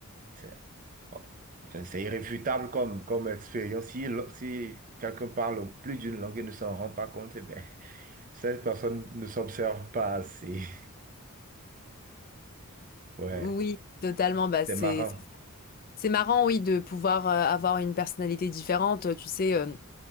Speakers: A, on the right (about 40°); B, on the left (about 40°).
A: c'est, oh, c'est c'est irréfutable comme, comme expérience. Si, l- si quelqu'un parle plus d'une langue et ne s'en rend pas compte, eh ben, Cette personne ne s'observe pas assez. <laughs> Ouais,
B: Oui, totalement. Bah,
A: c'est
B: c'est,
A: marrant.
B: c'est marrant, oui, de pouvoir euh, avoir une personnalité différente. Tu sais. euh,